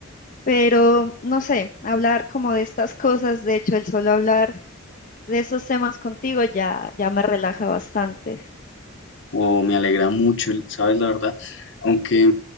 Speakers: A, on the left; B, on the left.
A: Pero no sé, hablar como de estas cosas, de hecho, el solo hablar de esos temas contigo ya, ya me relaja bastante.
B: o me alegra mucho, el- ¿sabes? La verdad, aunque